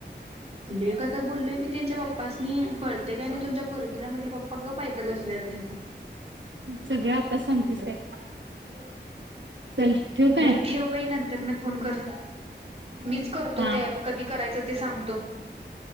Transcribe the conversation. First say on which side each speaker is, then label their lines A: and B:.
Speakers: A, on the right; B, on the right.
A: ल का काय बोललोय मी त्यांच्या पप्पासनी कळते काय नाही तुमच्या पोरगीला म्हटलं पप्पा गप ऐकत बसलेलातेंच
B: सगळ आताच सांगतेस काय.
A: <unintelligible>
B: चल ठेवू काय
A: बरं ठेव बाई नंतर न फोन कर. मीच करतो
B: हा
A: ते कधी करायचं ते सांगतो.